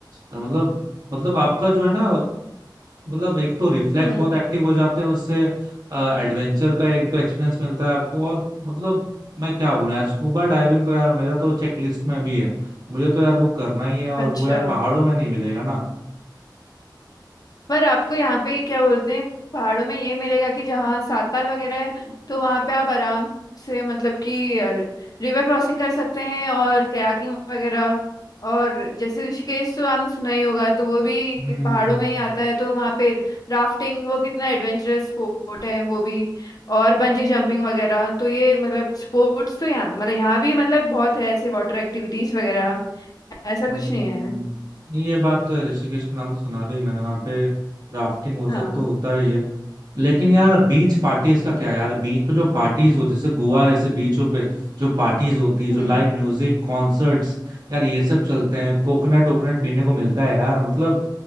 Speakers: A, on the right; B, on the left.
A: मतलब मतलब आपका जो है ना मतलब एक तो रिफ्लेक्स
B: हम्म
A: बहुत एक्टिव हो जाते हैं उससे एडवेंचर का एक तो एक्सपीरियंस मिलता है आपको और मतलब मैं क्या बोलूं यार स्कूबा डाइविंग तो यार मेरा तो चेकलिस्ट में भी है मुझे तो यार वो करना ही है और
B: अच्छा
A: वो यार पहाड़ों में नहीं मिलेगा ना
B: पर आपको यहाँ पे क्या बोलते हैं पहाड़ों में ये मिलेगा कि जहाँ साताल वगैरह है तो वहाँ पे आप आराम से मतलब कि रिवर क्रॉसिंग कर सकते हैं और कयाकिंग वगैरह और जैसे ऋषिकेश तो आपने सुना ही होगा तो वो भी
A: हम्म
B: पहाड़ों में ही आता है तो वहाँ पे राफ्टिंग वो कितना एडवेंचरस स्पोर्ट है वो भी और बंजी जंपिंग वगैरह तो ये मतलब स्पोर्ट्स तो यहाँ मतलब यहाँ भी मतलब बहुत है ऐसे वाटर एक्टिविटीज वगैरह ऐसा
A: हम्म,
B: कुछ नहीं है
A: नहीं, ये बात तो है ऋषिकेश का नाम तो सुना भी है मैंने वहां पे राफ्टिंग वो
B: हाँ
A: सब तो होता ही है लेकिन यार बीच पार्टीज का क्या यार बीच पे जो पार्टीज होती है जैसे गोवा जैसे बीचों पे जो पार्टीज होती है जो
B: हम्म
A: लाइव म्यूजिक कॉन्सर्ट्स यार ये सब चलते हैं कोकोनट वोकोनट पीने को मिलता है यार मतलब